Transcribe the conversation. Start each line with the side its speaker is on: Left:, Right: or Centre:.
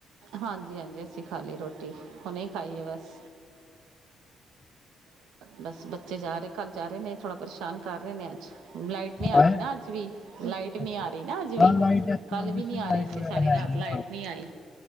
Right: ਹਾਂਜੀ-ਹਾਂਜੀ ਅਸੀਂ ਖਾ ਲਈ ਰੋਟੀ ਹੁਣੇ ਖਾਈ ਹੈ ਬਸ ਬਸ ਬੱਚੇ ਜਾ ਰਹੇ ਘਰ ਜਾ ਰਹੇ ਨੇ ਥੋੜ੍ਹਾ ਪਰੇਸ਼ਾਨ ਕਰ ਰਹੇ ਨੇ ਅੱਜ ਲਾਈਟ ਨਹੀਂ ਆ
Left: ਹੈਂ?
Right: ਰਹੀ ਨਾ ਅੱਜ ਵੀ ਲਾਈਟ ਨਹੀਂ
Left: ਅੱਛਾ।
Right: ਆ ਰਹੀ ਨਾ ਅੱਜ
Left: ਹਾਂ
Right: ਵੀ
Left: ਲਾਈਟ ਇੱਥੇ
Right: ਕੱਲ
Left: ਓਬੀਅਸਲੀ
Right: ਵੀ ਨੀ ਆ ਰਹੀ
Left: ਲਾਈਟ
Right: ਸੀ
Left: ਵਗੈਰਾ
Right: ਸਾਰੀ
Left: ਹੈ
Right: ਰਾਤ
Left: ਨੀ
Right: ਲਾਈਟ
Left: ਹਾਂ।
Right: ਨਹੀਂ ਆਈ